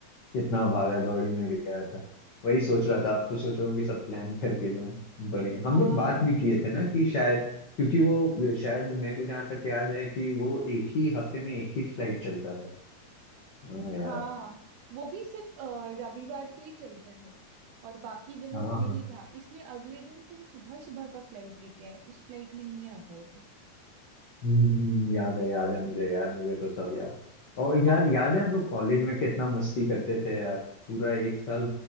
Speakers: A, on the left; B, on the right.
A: कितना भागा दौड़ी में गया था वही सोच रहा था अब तो सोच रहा हूँ कि सब प्लान करके जाऊँ बड़े
B: <laughs>
A: हम
B: हाँ
A: लोग बात
B: एकदम
A: भी किए थे ना कि शायद क्योंकि वो शायद मेरे को जहाँ तक याद है कि वो एक ही हफ्ते में एक ही फ्लाइट चलता था हाँ यार
B: हाँ वो भी सिर्फ अ, रविवार को ही चलता है और बाकी दिनों
A: हाँ
B: को नहीं
A: हाँ
B: था इसलिए अगले दिन तुम सुबह सुबह का फ्लाइट लेके आए उस फ्लाइट में नहीं आ पाए थे
A: हम्म, हम्म, याद है याद है मुझे यार मुझे तो सब याद और यार
B: और
A: याद है हम लोग कॉलेज में कितना मस्ती करते थे यार पूरा एक साल